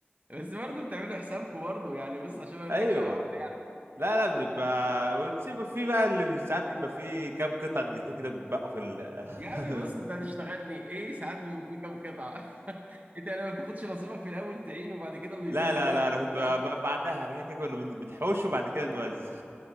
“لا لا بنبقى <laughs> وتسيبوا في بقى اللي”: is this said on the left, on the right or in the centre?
Right